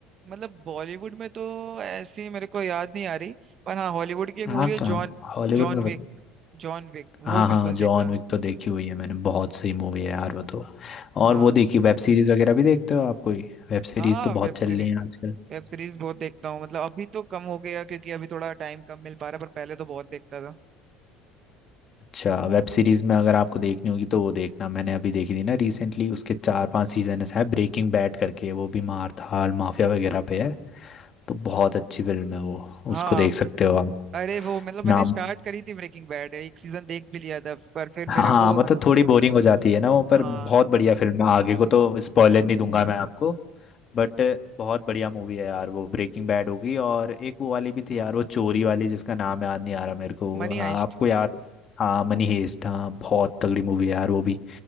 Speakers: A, on the right; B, on the left.
A: मतलब बॉलीवुड में तो ऐसी मेरे को याद नहीं आ रही पर हाँ हॉलीवुड की एक
B: हाँ
A: मूवी है
B: कहाँ
A: John
B: हॉलीवुड
A: John
B: में
A: Wick John Wick
B: हाँ
A: वो
B: हाँ
A: बिल्कुल
B: जॉन
A: देखना
B: विक तो देखी हुई है मैंने बहुत सही मूवी है यार वो तो और
A: हाँ
B: वो देखी वेब सीरीज वगैरह भी देखते हो आप कोई वेब सीरीज
A: हाँ
B: तो बहुत
A: वेब
B: चल
A: सीरीज
B: रही है आजकल
A: वेब सीरीज बहुत देखता हूँ मतलब अभी तो कम हो गया क्योंकि अभी थोड़ा टाइम कम मिल पा रहा है, पर पहले तो बहुत देखता था
B: अच्छा वेब सीरीज में अगर आपको देखनी होगी तो वो देखना मैंने अभी देखी थी ना रिसेंटली उसके चार पांच सीजन है ब्रेकिंग बैड करके वो भी मार धाड़ माफिया वगैरह पे है तो बहुत अच्छी फिल्म है वो
A: हाँ
B: उसको देख सकते हो आप
A: अरे वो मतलब
B: नाम
A: मैंने स्टार्ट करी थी ब्रेकिंग बैड एक सीजन देख भी लिया था पर फिर मेरे
B: हाँ
A: को
B: मतलब थोड़ी बोरिंग हो जाती है ना वो पर
A: हाँ
B: बहुत बढ़िया फिल्म है आगे को तो स्पॉइलर नहीं दूंगा मैं आपको बट बहुत बढ़िया मूवी है यार वो ब्रेकिंग बैड होगी और एक वो वाली भी थी यार वो चोरी वाली जिसका नाम याद नहीं आ रहा मेरे को
A: मनी
B: आ,
A: हाइस्ट
B: आपको याद हाँ मनी हेस्ट हाँ बहुत तगड़ी मूवी है यार वो भी